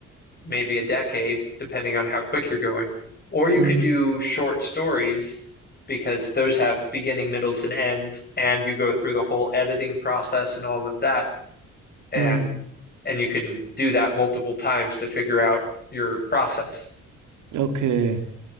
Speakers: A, on the left (about 30°); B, on the right (about 80°).
A: maybe a decade, depending on how quick you're going, or you
B: mm,
A: could do short stories because those have beginning, middles, and ends, and you go through the whole editing process and all of that, and
B: mm.
A: and you can do that multiple times to figure out your process.
B: Okay.